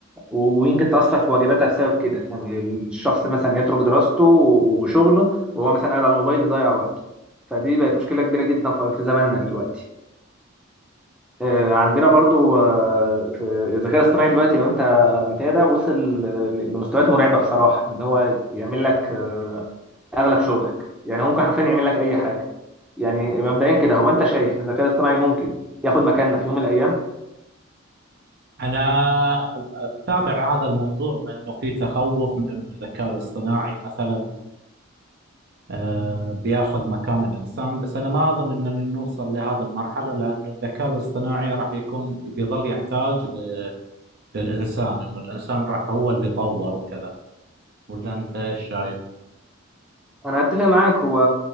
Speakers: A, in the centre; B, on the right.
A: و- ويمكن تاثر في واجباتها بسبب كده يعني الشخص مثلا يترك دراسته و- وشغله وهو مثلا قاعد على الموبايل يضيع وقته فدي بقت مشكله كبيره جدا في في زماننا دلوقتي آه، عندنا برضو آه، في الذكاء الاصطناعي دلوقتي لو انت متابع وصل ل- لمستويات مرعبه بصراحه ان هو يعمل لك آه، اغلب شغلك يعني هو ممكن حرفيا يعمل لك اي حاجه يعني مبدئيا كده هو انت شايف ان الذكاء الاصطناعي ممكن ياخد مكاننا في يوم من الايام
B: أنا بتابع هذا الموضوع لأنه في تخوف من أن الذكاء الاصطناعي مثلا آه، بياخذ مكان الإنسان بس أنا ما أظن أننا نوصل لهذه المرحلة لأنه الذكاء الاصطناعي راح يكون بيظل يحتاج ل- للإنسان أنه الإنسان راح هو اللي طور وكذا ولا أنت إيش شايف؟
A: انا اتفق معاك هو